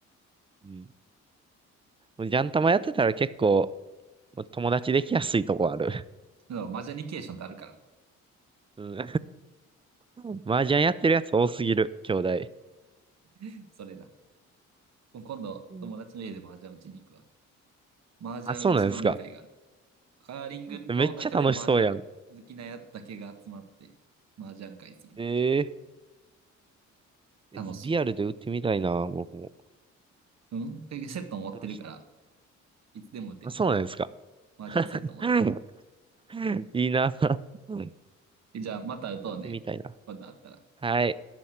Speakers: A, on the right (about 20°); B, on the right (about 60°).
A: うん。もうジャンタマやってたら結構、もう友達できやすいとこある。
B: でもマージャニケーションってあるからな。
A: うん。うん麻雀やってるやつ多すぎる、兄弟。
B: <laughs> それな。今度、
A: うん
B: 友達の家でマージャン打ちに行くわ。マージャン打ち飲み会がある。
A: あ、そうなんですか。
B: カーリングの中で麻雀好きなやつだけが集まって麻雀会するっていう
A: めっちゃ楽しそうやん。ええリアルで打ってみたいな、
B: の。楽しい。
A: 僕も。
B: うんセット持ってるから、
A: 楽し
B: いつでも打てる。
A: あそうなんですか。
B: 麻雀セット持ってる。
A: うんいいな。うん <laughs> や
B: えじゃあ、また打とうね。
A: ってみたいな。
B: 今度あったら。
A: はい。